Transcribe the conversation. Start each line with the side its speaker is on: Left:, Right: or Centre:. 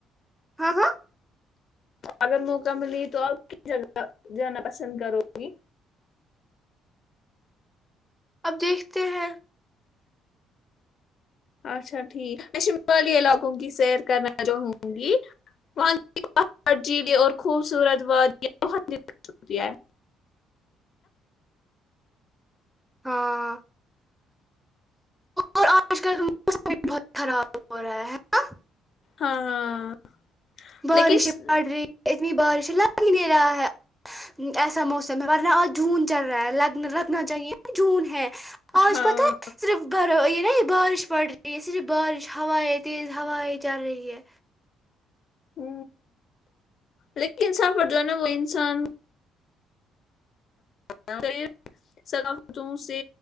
Centre: ہاں ہاں
Left: اگر موقع ملی تو آپ کس جگہ جانا پسند کرو گی
Centre: اب دیکھتے ہیں
Left: اچھا ٹھیک میں شمالی علاقوں کی سیر کرنا چاہوں گی وہاں چیل اور خوبصورت وادیاں بت ہو ہے
Centre: ہاں اور آج کل کا موسم بھی بہت خراب ہو رہا ہے نا
Left: ہاں ہاں
Centre: بارش
Left: لیکن
Centre: پڑ رہی ہے اتنی بارش لگ ہی نہیں رہا ہے ایسا موسم ہے آج جون چل رہا ہے ل لگنا چاہیے جون ہے آج
Left: ہاں
Centre: پتہ ہے صرف ب یہ نا بارش پڑ رہی ہے صرف بارش ہوائیں تیز ہوائیں چل رہی ہے
Left: ہ لیکن سپٹ جو ہے نا وہ انسان کاریر ثقافتوں سے